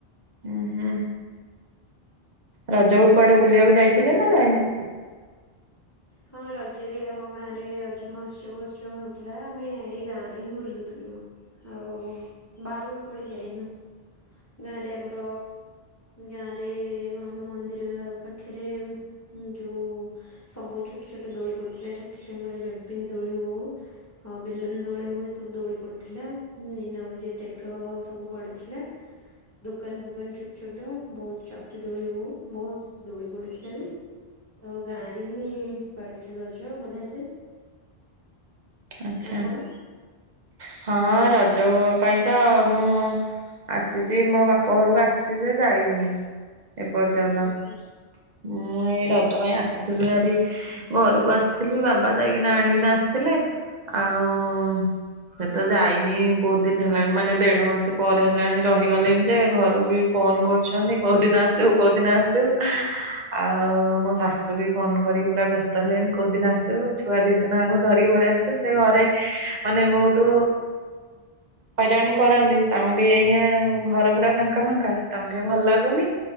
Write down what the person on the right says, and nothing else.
ଉଁ ହୁଁ ରଜକୁ କୁଆଡେ ବୁଲିବାକୁ ଯାଇଥିଲେ ନା ଯାଇନା
ଆଛା,
ହଁ ରଜଅ ପାଇଁ ତ ମୁଁ ଆସିଛି ମୋ ବାପା ଘରକୁ। ଆସିଚି ଯେ ଯାଇନି ଏପର୍ଯ୍ୟନ୍ତ।
ମୁଁ ଏଇ ରଜ ପାଇଁ ଆସିଥିଲି ଭାରି ଘରକୁ ଆସିଥିଲି ବାବା ଯାଇକିନା ଆଣିକିନା ଆସିଥିଲେ। ଆଉ ସେ ତ ଯାଇନି, ବୋହୁତ ଦିନି ହେଲାଣି। ମାନେ ଦେଢ ମାସ ପରେ ହେଲାଣି ରହିଗଲିଣି ଯେ ଘରୁ ବି ଫୋନ କରୁଛନ୍ତି, କୋଉ ଦିନ ଆସିବୁ କୋଉଦିନ ଆସିବୁ। ଆଉ ମୋ ଶାଶୁ ବି ଫୋନ କରିକି ପୁରା ବ୍ୟସ୍ତ ହେଲେଣି। କୋଉଦିନ ଆସିବୁ, ଛୁଆ ଦି ଜଣ ଆଙ୍କୁ ଧରିକି ପଳେଇ ଆସିଛୁ। ସେ ଘରେ ମାନେ ବୋହୁତୁ ହଇରାଣ କରନ୍ତି, ତାଙ୍କୁ ଟିକେ ଏଇନିଆ ଘର ପୁରା ଫାଙ୍କା ଫାଙ୍କା ତାଙ୍କୁ ଟିକେ ଭଲ ଲାଗୁନି।